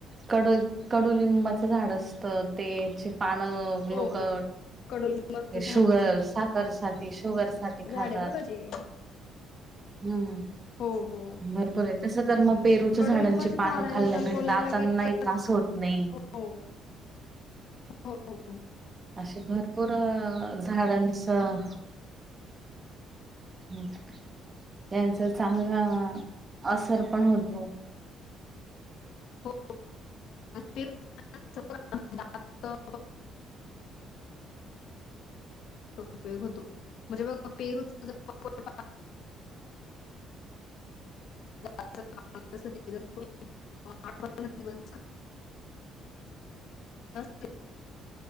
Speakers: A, on the right (about 25°); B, on the left (about 70°).
A: कड-कडुलिंबाचं झाड असतं, ते चिप पानं, ग्लुको,
B: हो कडुलिंबाचं
A: शुगर, साखर साठी, शुगर साठी खातात
B: झाडे बघाची
A: हम्म.
B: हो हो.
A: बरोबर ये, तस तर
B: हो
A: मग
B: ना
A: पेरूच्या,
B: कडुलिंबाच्या
A: झाडांची पानं,
B: झाडांबद्दल
A: खाल्ल्याने
B: बोलायला
A: दातांनाही,
B: गेलं तर
A: त्रास होत नही.
B: हो हो हो हो
A: अशे, भरपूर झाडांचं ह्म, त्यांचं चांगला असर, पण होतो.
B: हो ते <unintelligible> ना उपयोग होतो <unintelligible> म्हणजे बघा पेरू <unintelligible> <unintelligible> आठन् दिवस <unintelligible>